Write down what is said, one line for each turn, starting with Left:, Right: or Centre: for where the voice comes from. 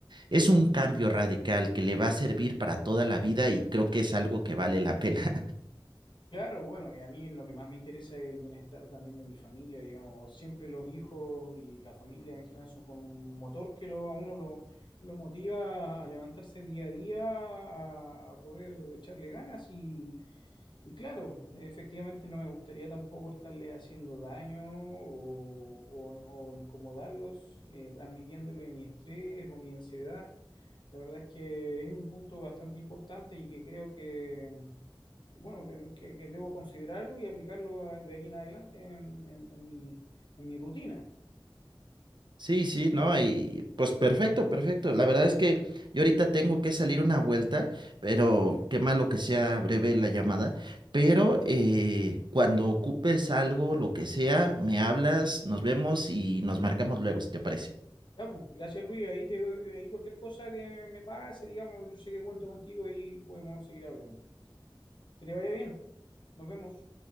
Right: es un cambio radical que le va a servir para toda la vida y creo que es algo que vale la pena.
Left: Claro, bueno, y a mí lo que más me interesa es el bienestar también de mi familia, digamos, siempre los hijos y la familia en general son con un motor que lo, a uno lo, lo motiva a levantarse día a día, a, a poder echarle ganas y, y claro, efectivamente no me gustaría tampoco estarle haciendo daño o, o- o incomodarlos, eh, transmitiéndole mi estrés o mi ansiedad. La verdad es que es un punto bastante importante y que creo que bueno, que, que- que debo considerarlo y aplicarlo eh, de aquí en adelante en, en- en mi, en mi rutina.
Right: Sí, sí, no, y pues perfecto, perfecto. La verdad es que yo ahorita tengo que salir una vuelta, pero qué malo que sea breve la llamada, pero eh, cuando ocupes algo, lo que sea, me hablas, nos vemos y nos marcamos luego, si te parece.
Left: Ya, pues, gracias Luis, ahí, te, ahí cualquier cosa que me pase, digamos, yo sé que cuento contigo y podemos seguir hablando. Que te vaya bien, nos vemos.